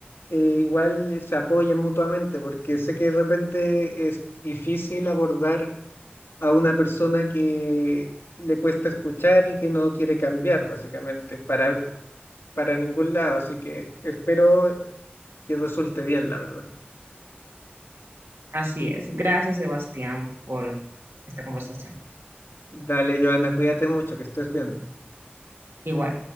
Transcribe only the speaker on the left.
eh, igual eh, se apoyen mutuamente, porque sé que de repente es difícil abordar a una persona que le cuesta escuchar y que no quiere cambiar, básicamente, para, para ningún lado. Así que espero que resulte bien, la verdad.
Dale, Joana, cuídate mucho, que estés bien.